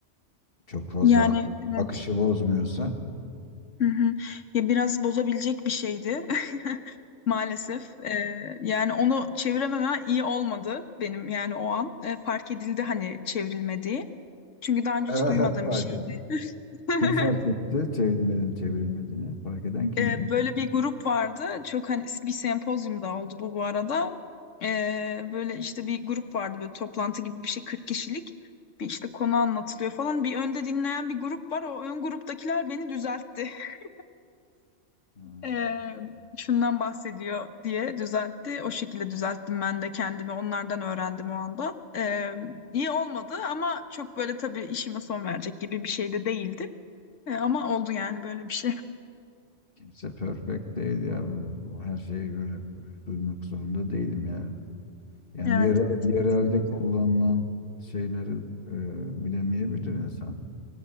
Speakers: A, on the left; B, on the left.
A: çok fazla
B: yani
A: ak-
B: evet.
A: akışı bozmuyorsa
B: Hı hı. Ya biraz bozabilecek bir şeydi <laughs> maalesef. Ee, yani onu çevirememe iyi olmadı benim yani o an. Ee, fark edildi hani çevrilmediği. Çünkü daha önce
A: <laughs>
B: hiç duymadığım
A: fark
B: bir şeydi.
A: et. Kim fark
B: <laughs>
A: etti çevrilmediğini, çevrilmediğini? Fark eden kimdi?
B: Ee, böyle bir grup vardı. Çok hani bir sempozyumda oldu bu bu arada. Ee, böyle işte bir grup vardı böyle toplantı gibi bir şey 40 kişilik. Bir işte konu anlatılıyor falan. Bir önde dinleyen bir grup var. O ön gruptakiler beni düzeltti. <laughs>
A: Hmm,
B: Ee, şundan bahsediyor diye düzeltti. O şekilde düzelttim ben de kendimi. Onlardan öğrendim o anda. Ee, iyi olmadı ama çok böyle tabii işime son verecek gibi bir şey de değildi. Ee, ama oldu yani böyle bir şey.
A: Kimse perfect değil ya. Bu- Her şeyi böyle duymak zorunda değilim ya. Yani
B: Evet
A: yerel,
B: evet
A: yerelde
B: kesin.
A: kullanılan şeyleri e, bilemeyebilir insan.